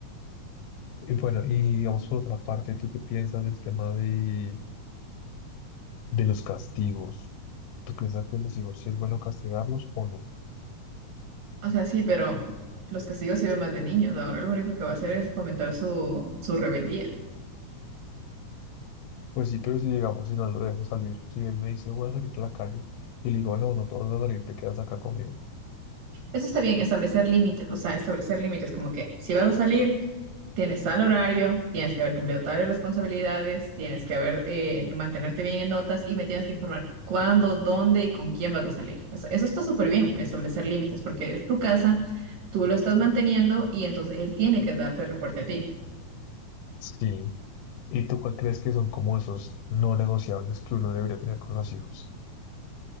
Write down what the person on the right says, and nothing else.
O sea, sí, pero los castigos sirven más de niños. Ahora lo único que va a hacer es fomentar su, su rebeldía.
Eso está bien, establecer límites, o sea, establecer límites como que si vas a salir, tienes tal horario, tienes que haber cumplido tales responsabilidades, tienes que haber eh, mantenerte bien en notas y me tienes que informar cuándo, dónde y con quién vas a salir. O sea, eso está súper bien, establecer límites, porque es tu casa, tú lo estás manteniendo y entonces él tiene que darte reporte a ti.